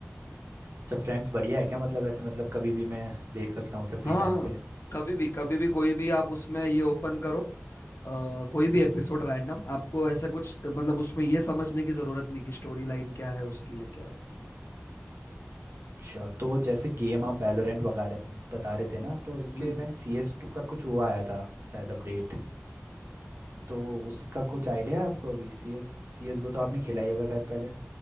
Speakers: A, on the right (about 60°); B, on the left (about 65°).
A: अच्छा फ्रेंड्स बढ़िया है क्या मतलब ऐसे मतलब कभी भी मैं देख सकता हूँ उसे फ्री
B: हाँ
A: टाइम पे
B: कभी भी कभी भी कोई भी आप उसमें ये ओपन करो अ, कोई भी एपिसोड रैंडम आपको ऐसा कुछ मतलब उसमें ये समझने की जरूरत नहीं कि स्टोरी लाइन क्या है उसकी या क्या है
A: अच्छा तो जैसे गेम आप वैलोरेंट वगैरह बता रहे थे ना तो इसके
B: हम्म
A: मैंने सी एस टू का कुछ वो आया था शायद अपडेट तो उसका कुछ आइडिया है आपको अभी C S C S go तो आपने खेला ही होगा शायद पहले